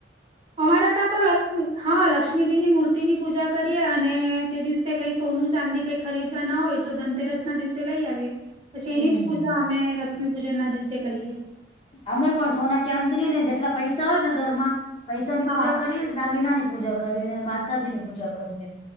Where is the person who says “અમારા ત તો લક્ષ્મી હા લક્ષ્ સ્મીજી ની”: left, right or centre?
Right